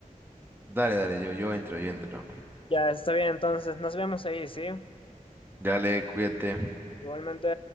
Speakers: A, on the right (about 15°); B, on the left (about 40°).
A: Dale, dale, yo, yo entro, yo entro.
B: Ya, está bien, entonces nos vemos ahí, ¿sí?
A: Dale, cuídate.
B: Igualmente.